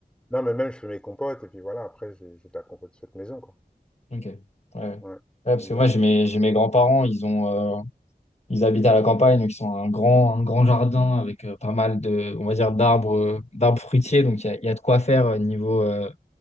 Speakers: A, in the centre; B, on the left.
A: Non, mais même, je fais mes compotes, et puis voilà, après, j'ai j'ai de la compote faite maison, quoi.
B: Ok. Ouais. Ouais,
A: Ouais,
B: parce
A: j'aime
B: que
A: bien.
B: moi, j'ai mes, j'ai mes grands-parents, ils ont. euh, Ils habitent à la campagne, donc ils ont un grand, un grand jardin avec euh, pas mal de, on va dire, d'arbres, euh, d'arbres fruitiers. Donc il y a, il y a de quoi faire euh, niveau, euh,